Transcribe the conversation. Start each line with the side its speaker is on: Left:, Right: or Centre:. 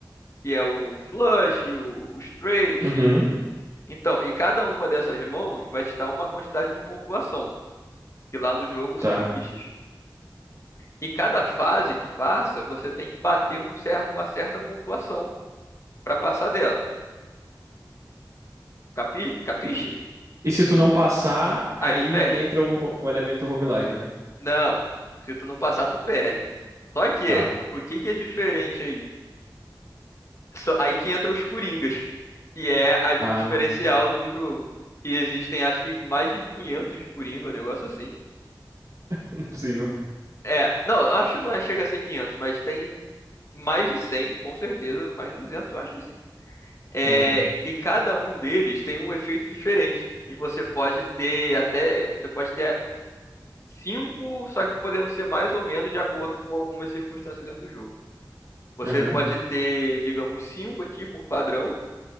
Left: que é o flush, o, o straight.
Right: Uhum,
Left: Então, e cada uma dessas mãos vai te dar uma quantidade de pontuação, que lá no jogo são
Right: tá.
Left: fichas. E cada fase que passa, você tem que bater um cer uma certa pontuação para passar dela. Capi, capiche?
Right: E, e se tu não passar, aí
Left: Aí tu perde.
Right: entra o, o elemento roguelike, né?
Left: Não, se tu não passar, tu perde. Só que,
Right: Tá.
Left: o que que é diferente aí? Só- aí que entra os Coringas, que é a-
Right: Ah,
Left: o diferencial
Right: <laughs> não
Left: do jogo. Que existem, acho que mais de 500 de Coringa, um negócio assim.
Right: é possível.
Left: É, não, acho que não é- chega a ser 500, mas tem mais de 100, com certeza, mais de 200, eu acho que sim. É,
Right: Aham,
Left: e cada um deles tem um efeito diferente. E você pode ter até, você pode ter cinco, só que podendo ser mais ou menos de acordo com algumas circunstâncias dentro do jogo. Você
Right: aham.
Left: pode ter, digamos, cinco aqui por padrão,